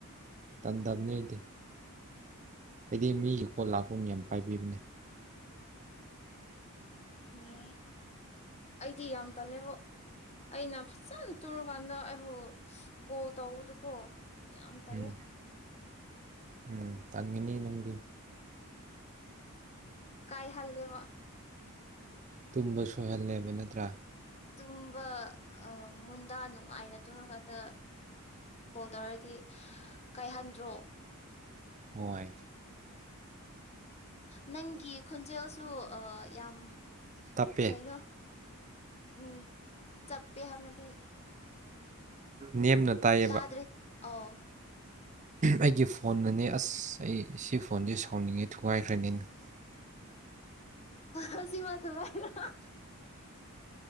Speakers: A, on the right (about 35°); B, on the left (about 30°).
A: ꯇꯟ ꯇꯕꯅꯦꯗꯤ ꯍꯥꯏꯗꯤ ꯃꯤꯒꯤ ꯀꯣ ꯂꯥꯛꯄ ꯌꯥꯝ ꯄꯥꯏꯕꯤꯕꯅꯦ <unintelligible>
B: ꯎꯝ ꯑꯩꯗꯤ ꯌꯥꯝ ꯇꯜꯂꯦꯕ ꯑꯩꯅ ꯐꯖꯅ ꯇꯨꯔꯨꯀꯥꯟꯗ ꯑꯩꯕꯨ ꯀꯣꯜ ꯇꯧꯗꯨꯀꯣ ꯌꯥꯝ ꯇꯂꯦ
A: ꯎꯝ ꯎꯝ ꯇꯉꯅꯤꯅꯗꯤ
B: ꯀꯥꯏ ꯍꯜꯂꯦꯕ
A: ꯇꯨꯝꯕ ꯁꯣꯏꯍꯜꯂꯦꯕ ꯅꯠꯇ꯭ꯔꯥ
B: ꯇꯨꯝꯕ ꯃꯨꯟꯗꯥ ꯅꯨꯡꯉꯥꯏꯅ ꯇꯨꯝꯔꯀꯥꯟꯗ ꯀꯣꯜ ꯇꯧꯔꯗꯤ ꯀꯥꯏꯍꯟꯗ꯭ꯔꯣ
A: ꯍꯣꯏ
B: ꯅꯪꯒꯤ ꯈꯣꯟꯖꯦꯜꯁꯨ ꯌꯥꯝ
A: ꯇꯞꯄꯦ
B: ꯀꯩꯅꯣ ꯎꯝ ꯆꯠꯄꯦ ꯍꯥꯏꯞꯅꯗꯤ
A: ꯅꯦꯝꯅ ꯇꯥꯏꯌꯦꯕ
B: ꯇꯥꯗ꯭ꯔꯦ ꯑꯣ
A: ꯑꯩꯒꯤ ꯐꯣꯟꯅꯅꯦ ꯑꯁ ꯑꯩ ꯁꯤ ꯐꯣꯟꯁꯦ ꯁꯥꯎꯅꯤꯡꯉꯦ ꯊꯨꯒꯥꯏꯈ꯭ꯔꯅꯤꯅ <inaudible>
B: ꯍꯧ ꯁꯤꯃ ꯊ ꯍꯥꯏꯔ